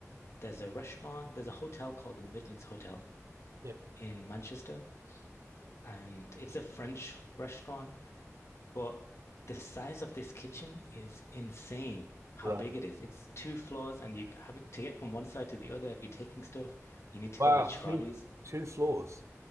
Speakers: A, on the left; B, on the right.
A: There's a restaurant, there's a hotel called the Midlands Hotel
B: Yep.
A: in Manchester, and it's a French restaurant, but the size of this kitchen is insane. How
B: Right.
A: big it is. It's two floors, and you having to get from one side to the other. If you're taking stuff, you need to
B: Wow,
A: go with trolleys.
B: two two floors.